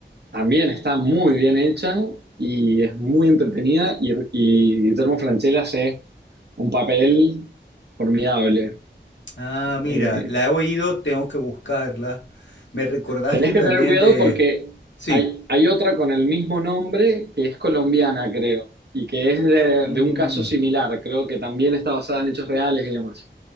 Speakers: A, on the right (about 60°); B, on the left (about 75°).
A: también está muy bien hecha y es muy entretenida. Y, y Guillermo Francella hace un papel formidable.
B: Ah, mira,
A: Eh,
B: la he oído, tengo que buscarla. Me recordaste
A: Tenés
B: también
A: que tener cuidado
B: de...
A: porque
B: Sí.
A: hay, hay otra con el mismo nombre que es colombiana, creo, y que es de,
B: Mm,
A: de un caso similar, creo que también está basada en hechos reales y demás.